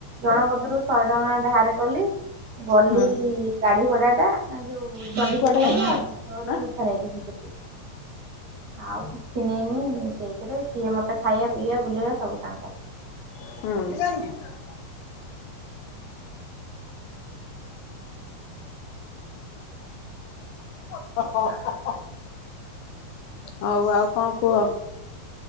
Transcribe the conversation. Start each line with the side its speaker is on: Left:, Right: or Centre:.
Right: ଜଣକ କତିରୁ ଶହେ ଟଙ୍କା ଧାର କଲି ଗଲି
Left: ହୁଁ
Right: ଗାଡି ଭଡା ଟା ଯୋଉ <inaudible>
Left: କୁଆଡେ ଗଲା? ଆଁ
Right: ମିଠା ନେଇଥିଲି। ସେତିକି। ଆଉ କିଛି ନେଇନି ସେଇଥିରେ ସିଏ ମତେ ଖାଇବା ପିଇବା ବୁଲେଇବା ସବୁ ତାଙ୍କର।
Left: ହୁଁ। <unintelligible> <unintelligible> ହଉ ଆଉ କଣ କୁହ?